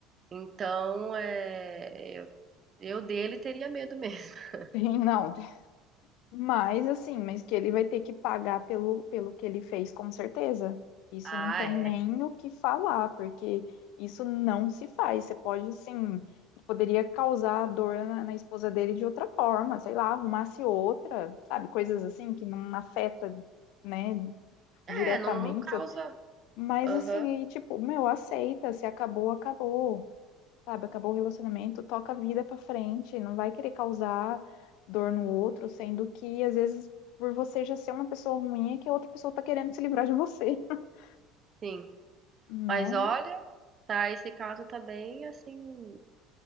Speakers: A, on the right; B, on the left.
A: Então, é, eu, eu dele teria medo mesmo. <laughs>
B: Tem, não. tem- Mas assim, mas que ele vai ter que pagar pelo, pelo que ele fez, com certeza. Isso
A: Ah,
B: não tem
A: é.
B: nem o que falar, porque isso não se faz. Você pode, assim, poderia causar dor na, na esposa dele de outra forma, sei lá, arrumasse outra, sabe? Coisas assim que não afeta, né,
A: É,
B: diretamente.
A: não, não causa.
B: Mas
A: Aham,
B: assim, e, tipo, meu, aceita, se acabou, acabou sabe? Acabou o relacionamento, toca a vida pra frente, não vai querer causar dor no outro, sendo que às vezes por você já ser uma pessoa ruim é que a outra pessoa tá querendo se livrar de você, <laughs>
A: sim.
B: né?
A: Mas olha, tá, esse caso tá bem assim,